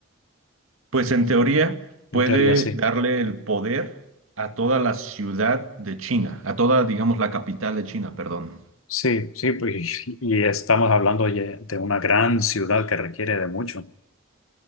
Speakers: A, on the right (about 80°); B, on the left (about 80°).
A: Pues en teoría puede
B: En teoría, sí.
A: darle el poder a toda la ciudad de China, a toda, digamos, la capital de China, perdón.
B: Sí, sí, pues, <laughs> y estamos hablando ye- de una gran ciudad que requiere de mucho.